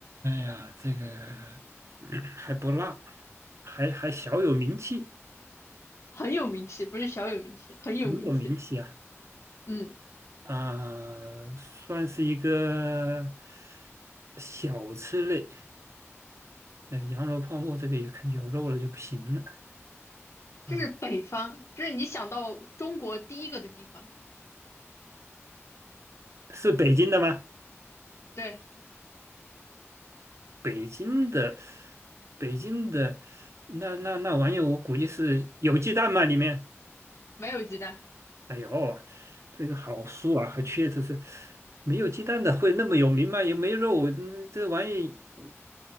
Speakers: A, on the right; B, on the left.
A: 呀，这个嗯还不辣，还还小有名气，
B: 很有名气，不是小有名气，很有名气，
A: 很有名气啊。
B: 嗯。
A: 啊、算是一个小吃类。嗯、羊肉泡馍这个也肯定有肉了就不行了。啊、
B: 这是北方，这是你想到中国第一个的地方。
A: 是北京的吗？
B: 对，
A: 北京的，北京的，那那那玩意儿，我估计是有鸡蛋吗？里面？
B: 没有鸡蛋。
A: 哎呦，这个好酥啊，还缺这是没有鸡蛋的会那么有名吗？也没肉，嗯这玩意，呃